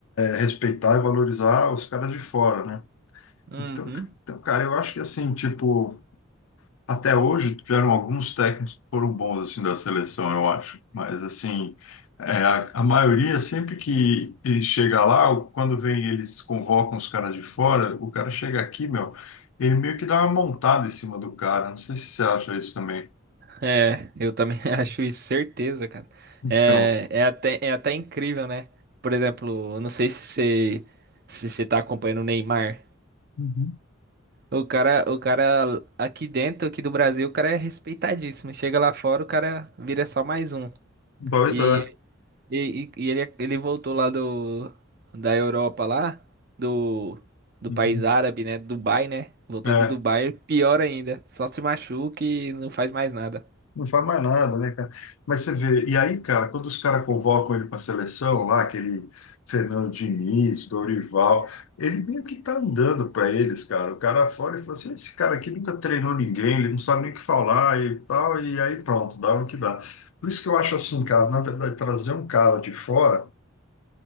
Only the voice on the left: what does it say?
respeitar e valorizar os caras de fora, né?
Então, ca- então, cara, eu acho que assim, tipo, até hoje tiveram alguns técnicos que foram bons assim da seleção, eu acho. Mas assim, é, a, a maioria sempre que e chega lá, o- quando vem eles convocam os caras de fora, o cara chega aqui, meu, ele meio que dá uma montada em cima do cara. Não sei se você acha isso também.
Então,
Uhum.
pois
é.
Uhum.
É.
Não faz mais nada, né, cara? Mas você vê, e aí, cara, quando os caras convocam ele para a seleção, lá, aquele Fernando Diniz, Dorival, ele meio que tá andando para eles, cara. O cara fora e fala assim: esse cara aqui nunca treinou ninguém, ele não sabe nem o que falar e tal, e aí pronto, dá no que dá. Por isso que eu acho assim, cara, na verdade, trazer um cara de fora,